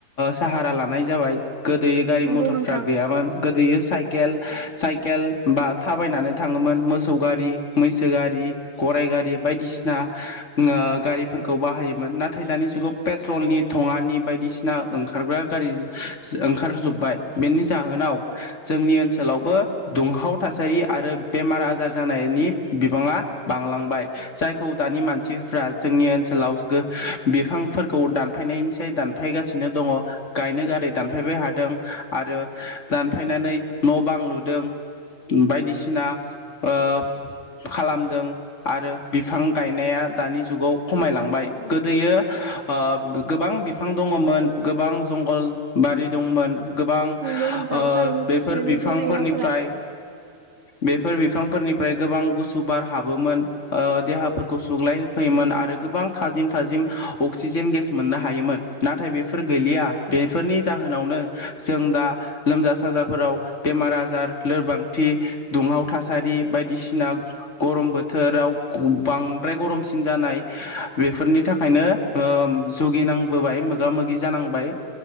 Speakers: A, on the left (about 40°); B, on the right (about 60°).
A: साहारा लानाय जाबाय गोदोयै गारि
B: नंगौ
A: मथरफ्रा
B: नोंथां
A: गैयामोन गोदोय साइेल साइकेल बा थाबायनानै थाङोमोन मोसौ गारि मैसो गारि गराइ गारि बायदिसिना ओ गारिफोरखौ बाहायोमोन नाथाय दानि जुगाव पेट्रलनि थङानि बायदिसिना ओंखारग्रा गारि ओंखार जोब्बाय बेनि जाहोनाव जोंनि ओनसोलावबो दुंहाव थासारि आरो बेमार आजार जानायनि बिबाङा बांलांबाय जायखौ दानि मानसिफ्रा जोंनि ओनसोलाव बिफांफोरखौ दानफायनायनिस दानफायगासिनो दङ गायनो गारै दानफायबाय हादों आरो दानफायनानै न' बां लुदों बायदिसिना ओ खालामदों आरो बिफां गायनाया दानि जुग जुगाव खमायलांबाय गोदोयो ओ गोबां बिफां दङमोन गोबां जंगलबारि दंमोन गोबां
B: नंगौ नोंथां
A: ओ
B: थारैनो
A: बेफोर
B: सैथो नों
A: बिफांफोरनिफ्राय
B: बुंनाय रावफोरा
A: बेफोर बिफांफोरनिफ्राय गोबां गुसु बार हाबोमोन देहाफोरखौ सुग्लाय फैयोमोन आरो गोबां थाजिम थाजिम अक्सिजेन गेस मोननो हायोमोन नाथाय बेफोर गैलिया बेफोरनि जाहो जाहोनावनो जों दा लोमजा साजाफोराव बेमार आजार लोरबांथि दुंहाव थासारि बायदिसिना गरम बोथोराव बांद्राय गरम बांसिन जानाय बेफोरनि थाखायनो ओ जुगिनांबोबाय मोगा मोगि जानांबाय